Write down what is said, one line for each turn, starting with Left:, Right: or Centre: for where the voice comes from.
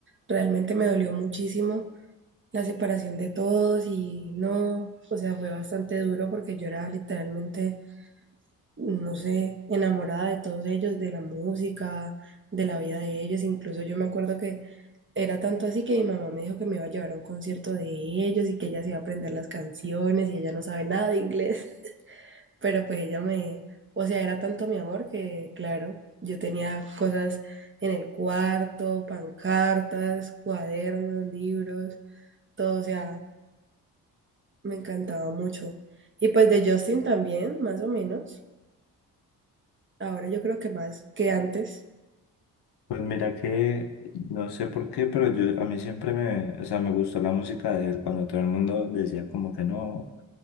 Right: Realmente me dolió muchísimo la separación de todos y no, o sea, fue bastante duro porque yo era literalmente no sé, enamorada de todos ellos, de la música, de la vida de ellos. Incluso yo me acuerdo que era tanto así que mi mamá me dijo que me iba a llevar a un concierto de ellos y que ella se iba a aprender las canciones y ella no sabe nada de inglés, <laughs> pero pues ella me, o sea, era tanto mi amor que, claro, yo tenía cosas en el cuarto, pancartas, cuadernos, libros, todo, o sea, me encantaba mucho. Y pues de Justin también, más o menos. Ahora yo creo que más que antes.
Left: Pues mira que no sé por qué, pero yo a mí siempre me, o sea, me gustó la música de él cuando todo el mundo decía como que no,